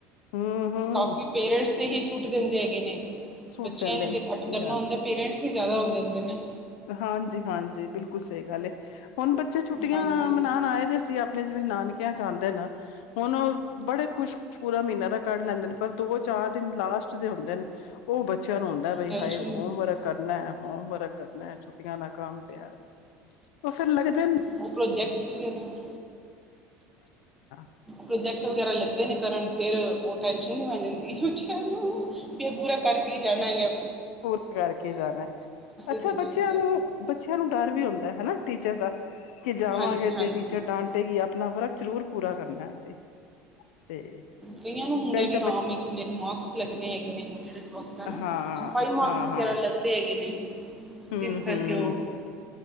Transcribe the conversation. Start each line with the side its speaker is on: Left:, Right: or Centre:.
Left: ਹੂੰ ਹੂੰ
Centre: ਕਾਫੀ ਪੇਰੈਂਟਸ ਤੇ ਹੀ, ਸੁੱਟ ਦਿੰਦੇ ਹੈਗੇ ਨੇ।
Left: ਸੁੱਟ
Centre: ਬੱਚਿਆਂ
Left: ਜਾਂਦੇ
Centre: ਨੇ ਤੇ
Left: ਸਹੀ
Centre: ਘੱਟ ਕਰਨਾ ਹੁੰਦਾ। ਪੇਰੈਂਟਸ ਹੀ ਜਿਆਦਾ ਹੋ ਜਾਂਦੇ ਨੇ।
Left: ਹਾਂਜੀ- ਹਾਂਜੀ ਬਿਲਕੁਲ ਸਹੀ ਗੱਲ ਏ। ਹੁਣ ਬੱਚੇ ਛੁੱਟੀਆਂ
Centre: ਹਾਂਜੀ
Left: ਮਨਾਣ ਆਏ ਦੇ ਸੀ। ਤੇ ਜਿਵੇ ਨਾਨਕਿਆਂ ਚ ਆਂਦੇ ਹਾਂ ਨਾ। ਹੁਣ ਉਹ ਬੜੇ ਖੁਸ਼ ਖੁ ਪੂਰਾ ਮਹੀਨਾ ਤਾਂ ਕੱਢ ਲੈਂਦੇ ਨੇ। ਪਰ ਦੋ ਚਾਰ ਦਿਨ ਲਾਸਟ ਦੇ ਹੁੰਦੇ ਨੇ, ਉਹ ਬੱਚਿਆਂ ਨੂੰ ਹੁੰਂਦਾ। ਬਈ
Centre: ਟੈਨਸ਼ਨ
Left: ਹਾਏ ਹੋਮਵਰਕ ਕਰਨਾ ਹੋਮਵਰਕ। ਕਰਨਾ ਛੁੱਟੀਆਂ ਦਾ ਕੰਮ ਪਿਆ, ਉਹ ਫੇਰ ਲੱਗਦਾ।
Centre: ਉਹ ਪ੍ਰੋਜੈਕਟਸ ਵਗੈਰਾ
Left: <unintelligible>
Centre: ਪ੍ਰੋਜੈਕਟ ਵਗੈਰਾ ਲੈਂਦੇ ਨੇ ਕਰਨ, ਫੇਰ ਉਹ ਟੈਨਸ਼ਨ ਹੋ ਜਾਂਦੀ। ਕੁਛ, ਵੀ ਪੂ। ਕੀ ਪੂਰਾ ਕਰਕੇ ਹੀ ਜਾਣਾ ਹੈ।
Left: ਪੂਰ ਕਰਕੇ ਜਾਣਾ। ਅੱਛਾ
Centre: ਦਿਨਾਂ
Left: ਬੱਚਿਆਂ
Centre: ਵਿੱਚ
Left: ਨੂੰ- ਬੱਚਿਆਂ ਨੂੰ ਡਰ ਵੀ ਹੁੰਦਾ ਹਨਾ, ਟੀਚਰ ਦਾ। ਕੀ ਜਾਵਾਂਗੇ
Centre: ਹਾਂਜੀ ਹਾਂਜੀ
Left: ਤੇ ਟੀਚਰ ਡਾਂਟੇਗੀ ਆਪਣਾ ਵਰਕ- ਜ਼ਰੂਰ ਪੂਰਾ ਕਰਨਾ ਅਸੀਂ, ਤੇ-
Centre: ਕਈਆਂ ਨੂੰ ਹੁੰਦਾ
Left: ਕਈ
Centre: ਵੀ
Left: ਤਾਂ
Centre: ਹਾਂ।
Left: ਬੱਚੇ
Centre: ਮੈਂ ਕੀ ਮੇਰੇ ਮਾਰਕਸ ਲੱਗਣੇ ਹੈਗੇ ਨੇ, ਹੋਲੀ- ਹਨਾ,
Left: ਹਾਂ,
Centre: ਬਈ ਮਾਕਸ
Left: ਹਾਂ-ਹਾਂ,
Centre: ਵਗੈਰਾ ਲੱਗਦੇ ਹੈਗੇ ਨੇ।
Left: ਹੂੰ-ਹੂੰ,
Centre: ਇਸ ਕਰਕੇ ਓ-